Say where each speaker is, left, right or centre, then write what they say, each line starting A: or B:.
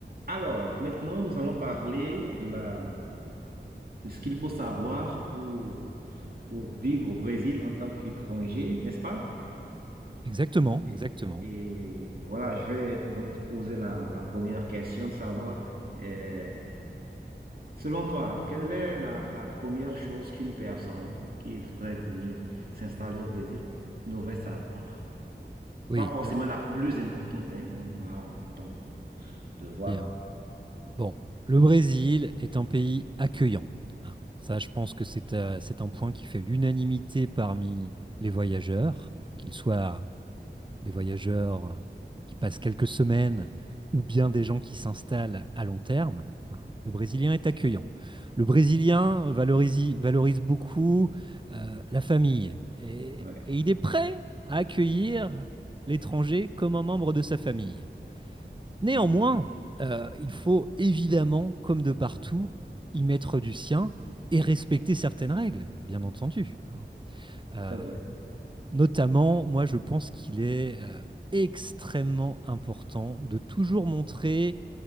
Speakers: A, on the right; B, on the right.
A: Alors, maintenant, nous allons parler de la, de ce qu'il faut savoir pour, pour vivre au Brésil en tant qu'étranger, n'est-ce pas?
B: Exactement,
A: Et,
B: exactement.
A: et voilà, je vais donc te poser la, la première question de savoir, euh, selon toi, quelle est la, la première chose qu'une personne qui voudrait venir s'installer au Brésil devrait savoir?
B: Oui,
A: Pas forcément
B: alors
A: la plus importante, hein, on aura le temps de voir.
B: bien. Bon, le Brésil est un pays accueillant. hein. Ça, je pense que c'est euh, c'est un point qui fait l'unanimité parmi les voyageurs, qu'ils soient des voyageurs qui passent quelques semaines ou bien des gens qui s'installent à long terme. hein. Le Brésilien est accueillant. Le Brésilien valorisi- valorise, beaucoup euh, la famille et
A: Ouais,
B: et il est prêt à accueillir l'étranger comme un membre de sa famille. Néanmoins,
A: <laughs>
B: euh, il faut évidemment, comme de partout, y mettre du sien et respecter certaines règles, bien entendu. Euh,
A: c'est vrai.
B: notamment, moi, je pense qu'il est euh, extrêmement important de toujours montrer